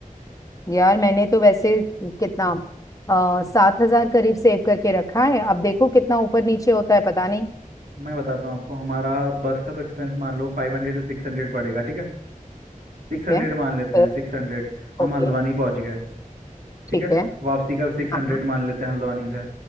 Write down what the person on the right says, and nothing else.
मैं बताता हूँ आपको हमारा बस का तो एक्सपेंस मान लो फाइव हंड्रेड से सिक्स हंड्रेड पड़ेगा ठीक है सिक्स
हंड्रेड
मान लेते हैं सिक्स हंड्रेड हम
हल्द्वानी पहुँच गए ठीक
है
वापसी का भी सिक्स
हंड्रेड मान लेते हैं हल्द्वानी से